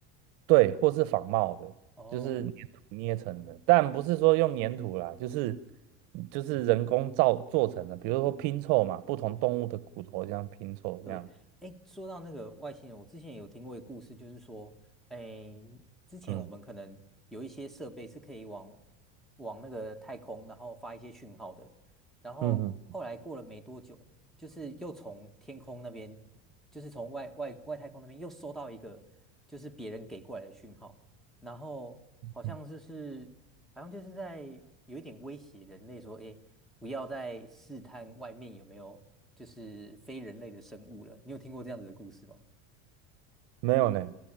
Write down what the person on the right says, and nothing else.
对，或是仿冒的，
就是粘土捏成的，但不是说用粘土啦，就是就是人工造做成的，比如说拼凑嘛，不同动物的骨头这样拼凑这样，
嗯
嗯嗯。
嗯
没有呢，